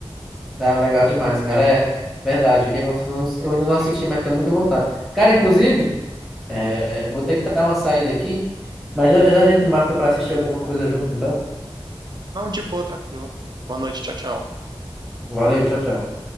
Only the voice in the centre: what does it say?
Ah, legal demais, cara. É verdade. Game of Thrones eu ainda não assisti, mas tenho muita vontade. Cara, inclusive. É, vou ter que dar uma saída aqui, mas já já a gente marca para assistir alguma coisa junto, então.
Valeu, tchau, tchau.